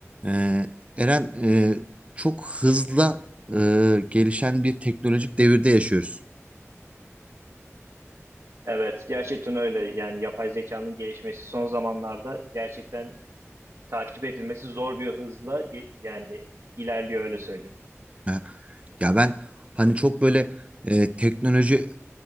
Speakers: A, on the right (about 25°); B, on the right (about 65°).
A: Ee, Eren e, çok hızla e, gelişen bir teknolojik devirde yaşıyoruz.
B: Evet, gerçekten öyle. Yani yapay zekanın gelişmesi son zamanlarda gerçekten takip edilmesi zor bir hızla ge- yani ilerliyor öyle söyleyeyim.
A: Ha. Ya ben hani çok böyle e, teknoloji